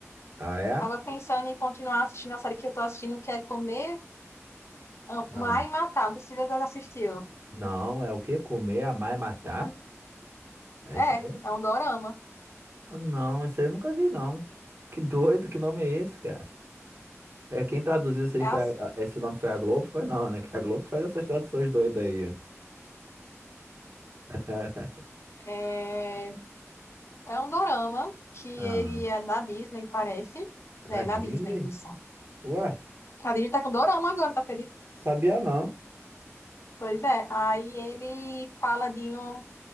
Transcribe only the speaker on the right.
ah, é?
Ah.
Não, é o quê? Comer, amar e matar? É
isso mesmo?
Ah, Não, esse aí eu nunca vi, não. Que doido, que nome é esse, cara? É, quem traduziu isso aí
foi
a- a- esse nome foi a Globo? Foi não, né? <laughs> Que é a Globo que faz essas traduções doidas aí. <laughs>
Ah,
É
da Disney?
Ué,
sabia não.